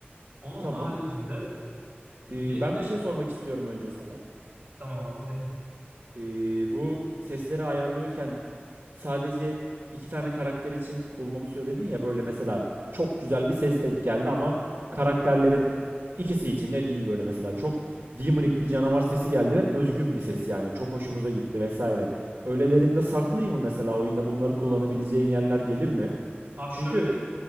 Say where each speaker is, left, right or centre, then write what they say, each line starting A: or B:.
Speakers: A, on the right; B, on the right.
A: Onun
B: Tamam.
A: haricinde
B: Ee,
A: bir
B: ben
A: de
B: bir şey sormak istiyorum önce sana.
A: tamam abi ne?
B: Ee, bu sesleri ayarlıyorken sadece iki tane karakter için bulmamı söyledin ya böyle mesela çok güzel bir ses denk geldi ama karakterlerin ikisi için de değil böyle mesela çok demonik bir canavar sesi geldi ve özgün bir ses yani çok hoşumuza gitti vesaire. Öylelerinde saklayayım mı mesela oyunda bunları kullanabileceğin yerler gelir mi?
A: Abi
B: Çünkü
A: şöyle